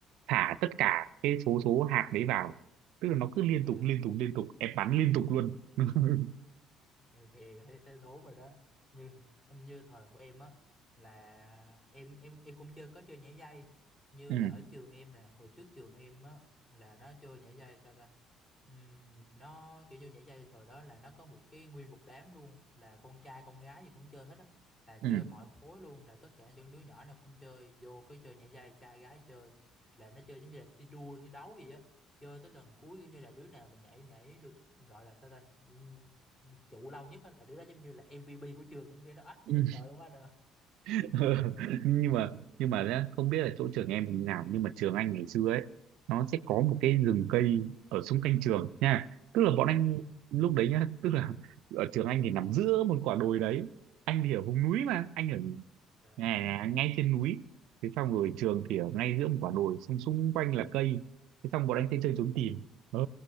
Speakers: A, on the right (about 60°); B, on the left (about 30°).
A: thả tất cả cái số số hạt đấy vào tức là nó cứ liên
B: dạ.
A: tục liên tục liên tục em bắn liên tục
B: <clears throat>
A: luôn <laughs>
B: nghèo nghèo thấy thấy thốn rồi đó như không như thời của em á là em em em cũng chơi có chơi nhảy dây như
A: ừ
B: là ở trường em nè hồi trước trường em á là nó chơi nhảy dây sao ta Ừm, nó kiểu như nhảy dây thời đó là nó có một cái nguyên một đám luôn là con trai con gái gì cũng chơi hết á là chơi
A: ừ
B: mọi khối luôn là tất cả những đứa nhỏ nào cũng chơi vô cứ chơi nhảy dây trai gái chơi là nó chơi giống như là thi đua thi đấu gì á chơi tới lần cuối kiểu như là đứa nào mà nhảy nhảy được gọi là sao đây Ừ, trụ lâu nhất á, là đứa đó giống như là MVP của trường á, nghe nó ách dễ
A: ừ
B: sợ luôn anh nè
A: <laughs> nhưng mà nhưng mà nhá, không biết là chỗ trường em như nào nhưng mà trường anh ngày xưa ấy nó sẽ có một cái rừng cây ở xung quanh trường nha tức là bọn anh
B: Ừ. <laughs>
A: lúc đấy nhá tức là ở trường anh thì nằm giữa một quả đồi đấy anh thì ở vùng núi mà anh ở
B: dạ
A: ngay, ngay trên núi thế xong rồi trường thì ở ngay giữa một quả đồi xong xung quanh là cây thế xong bọn anh sẽ chơi trốn tìm ờ,